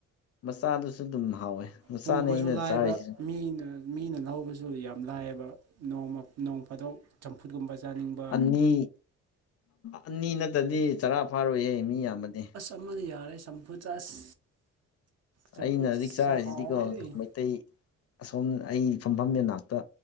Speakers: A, on the left (about 50°); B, on the right (about 55°).
A: ꯃꯆꯥꯗꯨꯁꯨ ꯑꯗꯨꯝ ꯍꯥꯎꯋꯦ ꯃꯆꯥꯅꯦ
B: ꯄꯨꯕꯁꯨ
A: ꯑꯩꯅ
B: ꯂꯥꯏꯕ
A: ꯆꯥꯔꯤꯁꯤ
B: ꯃꯤꯅ ꯃꯤꯅ ꯂꯧꯕꯁꯨ ꯌꯥꯝ ꯂꯥꯏꯑꯕ ꯅꫭꯡꯃꯥ ꯅꯣꯡ ꯐꯥꯗꯣꯛ ꯆꯝꯐꯨꯠ ꯀꯨꯝꯕ ꯆꯥꯅꯤꯡꯕ
A: ꯑꯅꯤ ꯑꯅꯤ ꯅꯠꯇꯗꯤ ꯆꯔꯥ ꯐꯥꯔꯣꯏꯌꯦ ꯃꯤ ꯌꯥꯝꯕꯅꯦ
B: ꯑꯃꯅ ꯌꯥꯔꯦ ꯆꯥꯝꯐꯨꯠ ꯑꯁ ꯆꯝꯐꯨꯠ
A: ꯑꯩꯅ ꯍꯧꯖꯤꯛ ꯆꯥꯔꯤꯁꯤꯗꯤꯀꯣ
B: ꯍꯥꯎꯋꯦꯍꯦ
A: ꯃꯩꯇꯩ ꯑꯁꯣꯝ ꯑꯩ ꯐꯝꯐꯝ ꯃꯅꯥꯛꯇ